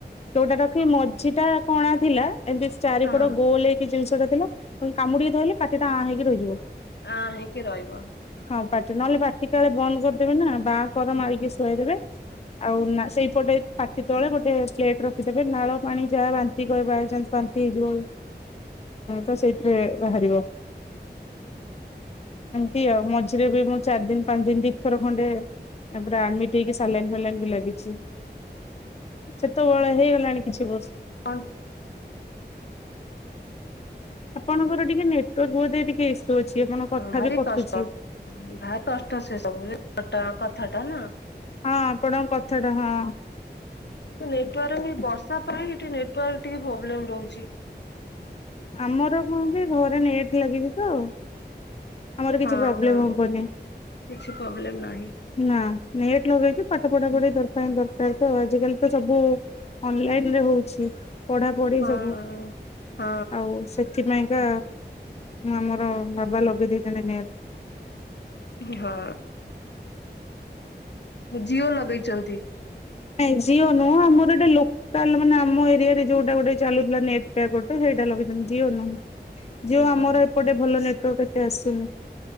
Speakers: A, on the left; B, on the left.
A: ତୋଟା ରଖି ମଝି ଟା କଣା ଥିଲା ଏମବିସ୍ ଚାରିପଡ
B: ହଁ
A: ଗୋଲକି ଜିନିଷଟା ଥିଲା କାମୁଡିକି ଧରଲେ ପାଟି ଟା ଆଁ ହେଇକି ରହିଯିବ।
B: ଆଁ ହେଇକି ରହିବ।
A: ହଁ ପାଟି ନହେଲେ ପାଟିକାଳେ ବନ୍ଦ କରିଦେବେ ନା ବାଁ ଙ୍କର ମାରିକି ଶୁଆଇଦେବେ। ଆଉ ସେଇପଟେ ପାଟି ତଳେ ଗୋଟେ ପ୍ଲେଟ ରଖିଦେବେ ନାଳ ପାଣି ଯାହା ବାନ୍ତି କ ବାଇଚାନ୍ସ ବା ନ୍ତି ହୁଁ ତ ସେଇଥିରେ ବାହାରିବ।
B: ହ <inaudible>
A: ବାନ୍ତି ଆଉ ମଝିରେ ବି ମୁଁ ଚାରି ଦିନ ପାଞ୍ଚ ଦିନ ଦୁଇ ଥର ଖଣ୍ଡେ ତାପରେ ଆଡମିଟ ହେଇକି ସାଲାଇନ ଫାଲାଇନ ବି ଲାଗିଛି। ସେତବଳେ ହେଇଗଲାଣି କିଛି ବର୍ଷ।
B: କଣ।
A: ଆପଣଙ୍କର ଟିକେ ନେଟୱାର୍କ ବୋଧେ ଟିକେ ଇସୁ ଅଛି ଆପଣଙ୍କ କଥା
B: ଭାରି
A: ବି କଟୁଛି।
B: କଷ୍ଟ ଭାରି କଷ୍ଟ ସେ ସବୁଟ କଥାଟା ନା।
A: ହଁ ଆପଣଙ୍କ କଥାଟା ହଁ।
B: ନେଟୱାର୍କ ବର୍ଷା ପାଇଁ ନେଟାର୍କ ଟିକେ ପ୍ରୋବ୍ଲେମ ରହୁଛି।
A: ଆମର କହନ୍ତି ଘରେ ନେଟ ଲାଗିଛି ତ। ଆମର କିଛି
B: ହଁ
A: ପ୍ରୋବ୍ଲେମ
B: ହଁ
A: ହବନି।
B: କିଛି ପ୍ରୋବ୍ଲେମ ନାହିଁ
A: ନା ନେଟଲଗେଇଚୁ ଚୁ ପାଠ ପଢା ପଢି ଦର ଦରକାର ତ ଆଜିକାଲି ତ ସବୁ ଅନଲାଇନ ରେ ହଉଛି ପଢାପଢି
B: ହଁ
A: ସବୁ।
B: ହଁ।
A: ଆଉ ସେଥିପାଇଁକା ଆମର ବାବା ଲଗେଇ ଦେଇେଇଛନ୍ତି ନେଟ୍।
B: ହଁ। ଜିଓ ଲଗେଇଛନ୍ତି।
A: ନାଇଁ ଜିଓ ନୁଅଁ ଆମର ଏଟା ଲୋ। କାଲ୍ ମାନେ ଆମ ଏରିଆରେ ଯୋଉଟା ଗୋଟେ ଚାଲୁଥିଲା ନେଟ ପିୟା ଗଟେ ସେଇଟା ଲଗେଇ ଚନ୍ତି ଯିଅ ନୁ ଜିଓ
B: ଓହୋ
A: ଆମର ଏପଟେ ଭଲ ନେଟୱାର୍କ ଏତେ ଆସୁନି